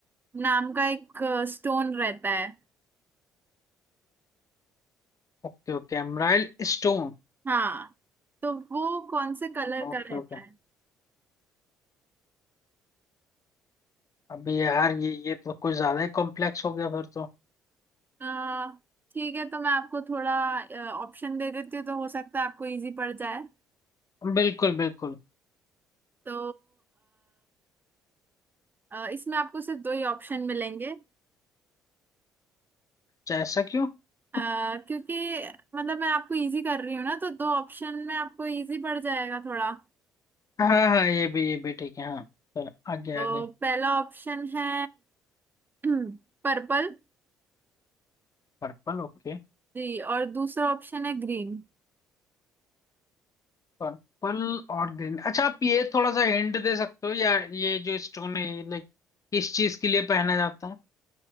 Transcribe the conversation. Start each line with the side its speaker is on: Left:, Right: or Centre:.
Right: नाम का एक स्टोन रहता है
Left: Okay okay emerald stone
Right: हाँ तो वो कौन से कलर
Left: Okay
Right: का रहता
Left: okay
Right: है
Left: अभी यार ये ये तो कुछ ज्यादा ही कॉम्प्लेक्स हो गया फिर तो
Right: अ, ठीक है तो मैं आपको थोड़ा ऑप्शन दे देती हूँ तो हो सकता है आपको इजी पड़ जाए
Left: बिल्कुल बिल्कुल
Right: तो अ, इसमें आपको सिर्फ दो ही ऑप्शन मिलेंगे
Left: अच्छा, ऐसा क्यों
Right: अ,
Left: <laughs>
Right: क्योंकि मतलब मैं आपको इजी कर रही हूँ ना तो दो ऑप्शन में आपको इजी पड़ जाएगा थोड़ा
Left: हाँ हाँ हाँ, ये भी ये भी ठीक है हाँ तो आगे
Right: तो
Left: आगे
Right: पहला ऑप्शन है <clears throat> पर्पल
Left: पर्पल ओके
Right: जी और दूसरा ऑप्शन है ग्रीन
Left: पर्पल और ग्रीन अच्छा आप ये थोड़ा सा हिंट दे सकते हो या ये जो स्टोन है लाइक किस चीज के लिए पहना जाता है